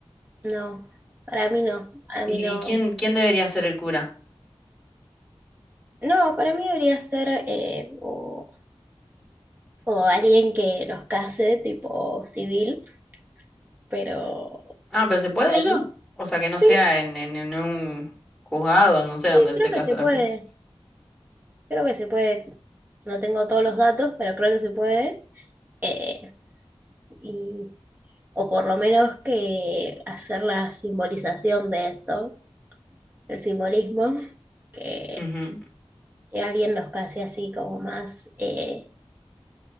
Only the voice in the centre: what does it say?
¿Y,
y quién, quién debería ser el cura?
Ah, pero ¿se puede
eso? O sea, que no sea
en, en, en un juzgado, no sé, donde
se
casa
la
gente.
Ujú.